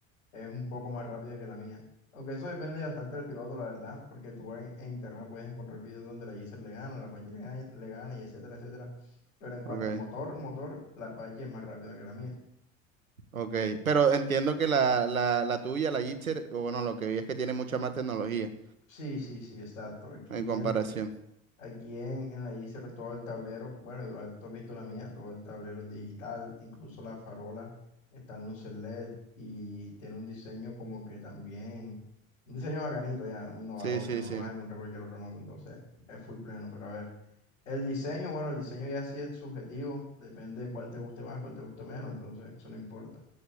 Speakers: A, on the left (about 70°); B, on the right (about 75°).
A: es un poco más rápida que la mía. Aunque eso depende bastante del piloto, la verdad, porque tú en, en internet puedes encontrar videos donde la Geyser le gana, la Apache le gana, le gana y etcétera, etcétera. Pero en cuanto
B: Ok,
A: a motor, motor, la Apache es más rápida que la mía.
B: ok. Pero entiendo que la, la, la tuya, la Gitcher, o bueno, lo que vi es que tiene mucha más tecnología
A: Sí, sí, sí, exacto. Aquí
B: en comparación.
A: en, Aquí en, en la Yser todo el tablero, bueno, igual tú has visto la mía, todo el tablero es digital, incluso la farola está en luces LED y tiene un diseño como que también, un diseño bacanito ya, un innovador,
B: Sí, sí,
A: que no
B: sí.
A: lo vas a encontrar en cualquier otro moto, entonces es full pleno, pero a ver, el diseño, bueno, el diseño ya sí es subjetivo, depende de cuál te guste más, cuál te guste menos, entonces eso no importa.